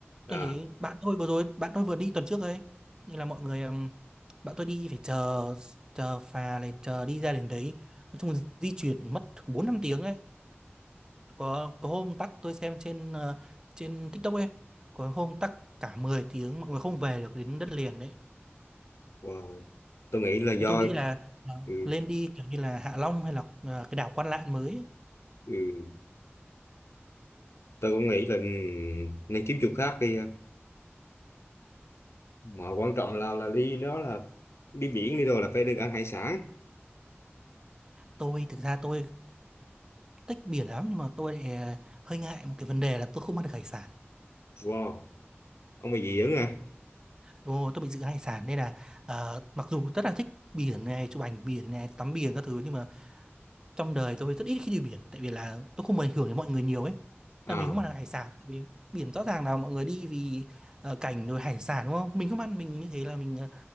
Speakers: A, on the left; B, on the right.
A: À,
B: tôi thấy bạn tôi vừa rồi bạn tôi vừa đi tuần trước ấy nhưng là mọi người ừm, bạn tôi đi phải chờ chờ phà này chờ đi ra đến đấy nói chung di chuyển mất bốn năm tiếng ấy có có hôm tắc tôi xem trên ờ, trên TikTok ấy có hôm tắc cả 10 tiếng mọi người không về được đến đất liền đấy
A: wow. Tôi nghĩ là do
B: Thế tôi nghĩ là ờ,
A: ừ,
B: lên đi kiểu như là Hạ Long hay là ờ, cái đảo Quan Lạn mới ấy.
A: ừ. tôi cũng nghĩ là ừ, nên kiếm chỗ khác đi ha. Mà quan trọng là là đi đó là đi biển đi rồi là phải được ăn hải sản.
B: Tôi thực ra tôi thích biển lắm nhưng mà tôi lại ờ, hơi ngại một cái vấn đề là tôi không ăn được hải sản.
A: Wow, ông bà dị ứng à?
B: Ồ, tôi bị dị ứng hải sản nên là ờ, mặc dù rất là thích biển này, chụp ảnh biển này, tắm biển các thứ nhưng mà trong đời tôi rất ít khi đi biển tại vì là tôi không muốn ảnh hưởng đến mọi người nhiều ấy.
A: À
B: Là mình không ăn được hải sản tại vì biển rõ ràng là mọi người đi vì ờ, cảnh rồi hải sản đúng không? Mình không ăn mình như thế là mình ờ,